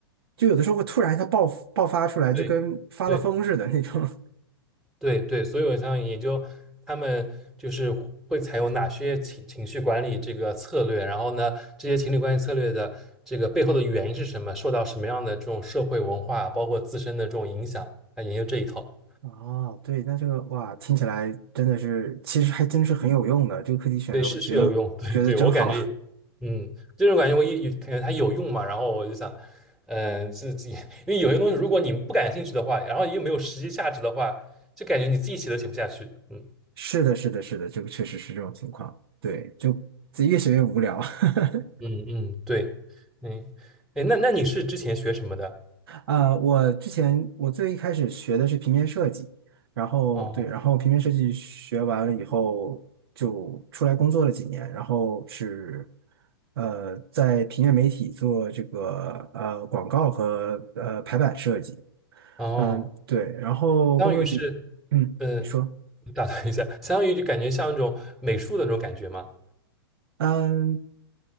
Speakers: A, on the right; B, in the centre.
A: 就有的时候会突然一下爆爆发出来，就跟发了疯似的那种。
B: 对对。
A: <laughs>
B: 对对，所以我想研究他们就是会采用哪些情情绪管理这个策略，然后呢，这些情侣关系策略的这个背后的原因是什么，受到什么样的这种社会文化，包括自身的这种影响，来研究这一套，
A: 哦，对，那这个哇，听起来真的是，其实还真是很有用的。这个课题选的，
B: 对，是是有用，
A: 我觉得觉得真好。
B: <laughs> 对对，我感觉，嗯，这种感觉我一感觉它有用嘛，然后我就想，嗯、自己因为有些东西如果你不感兴趣的话，然后又没有实际价值的话，就感觉你自己写都写不下去，嗯。
A: 是的，是的，是的，这个确实是这种情况。对，就自己越学越无聊。<laughs>
B: 嗯嗯，对，嗯，哎，那那你是之前学什么的？
A: 呃，我之前我最一开始学的是平面设计，然后对，
B: 哦
A: 然后平面设计学完了以后，就出来工作了几年，然后是呃在平面媒体做这个呃广告和呃排版设计，
B: 哦，
A: 嗯、对，然后工作几，
B: 相当于是，
A: 嗯，
B: 呃，
A: 你说。
B: 打断一下，相当于就感觉像那种美术的那种感觉嘛。
A: 嗯，